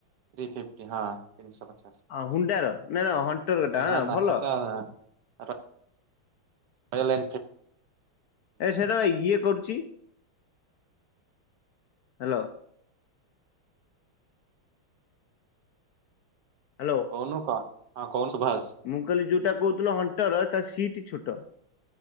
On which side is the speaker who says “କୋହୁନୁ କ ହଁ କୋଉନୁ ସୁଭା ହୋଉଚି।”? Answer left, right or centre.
Right